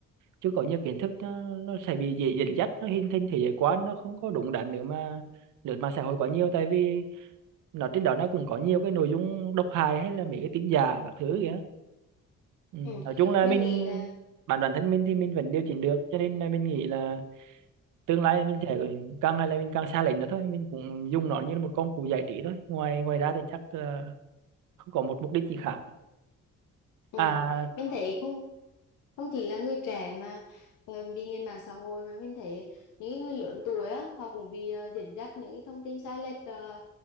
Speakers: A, on the right; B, on the left.
A: chưa có nhiều kiến thức nó, nó sẽ bị dễ dẫn dắt nó hình thành thế giới quan nó không có đúng đắn nữa mà lướt mạng xã hội quá nhiều tại vì nó trên đó nó cũng có nhiều cái nội dung độc hại hay là mấy cái tin giả các thứ kìa ừ.
B: ừ.
A: nói chung là
B: mình
A: mình
B: nghĩ là
A: bản bản thân mình thì mình vẫn điều chỉnh được cho nên là mình nghĩ là tương lai mình sẽ càng ngày là mình càng xa lệnh nữa thôi mình cũng dùng nó như là một công cụ giải trí thôi ngoài ngoài ra thì chắc ờ, không có một mục đích gì khác
B: ừ.
A: à
B: mình thấy không không chỉ là người trẻ mà ờ, bị nghiện mạng xã hội mà mình thấy những cái người lớn tuổi á họ cũng bị ờ, dẫn dắt những cái thông tin sai lệch ờ,